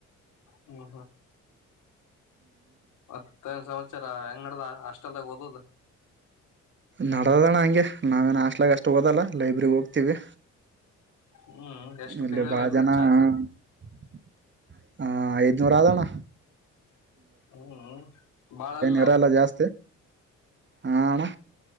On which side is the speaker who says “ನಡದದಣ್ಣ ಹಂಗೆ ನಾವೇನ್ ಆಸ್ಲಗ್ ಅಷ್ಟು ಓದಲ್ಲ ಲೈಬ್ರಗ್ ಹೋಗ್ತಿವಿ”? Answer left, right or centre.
Right